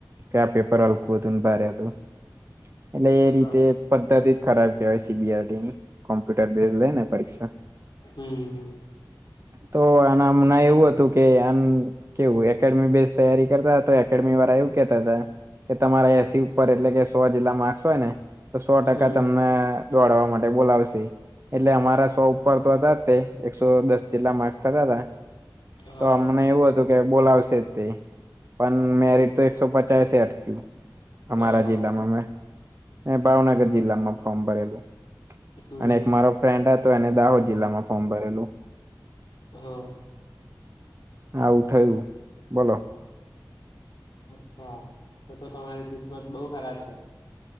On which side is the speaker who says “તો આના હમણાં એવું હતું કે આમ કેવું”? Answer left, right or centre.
Right